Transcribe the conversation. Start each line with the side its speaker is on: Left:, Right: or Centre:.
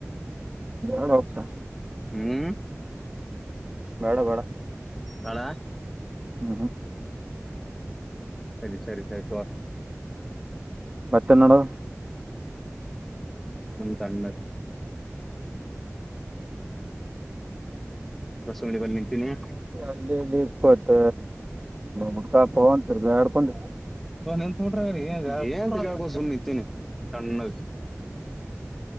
Right: <unintelligible>
Centre: ಹ್ಮ್
Right: ಬೇಡ ಬೇಡ
Centre: ಬೇಡ
Right: ಹ್ಮ್ ಹ್ಮ್
Centre: ಸರಿ ಸರಿ ಸರಿ ತೊ
Right: ಮತ್ತೆ ನೋಡು
Centre: ತಣ್ಣ <inaudible> ಅಂಗಡಿ ಬಲ್ಲಿ ನಿಂತೀನಿ
Right: ಅಲ್ಲಿ ಇಲ್ಲಿ ಇಪತ್ ಹೊಸ ಫೋನ್ ತಿರುಗಾಡಕೊಂಡ
Centre: ಪೋನ್ ಎಲ್ಲಿತೊಗಂಡಿರಿ ಹೇಳಿ ಸುಮ್ಮನೆ ನಿಂತನಿತಣ್ಣಗ.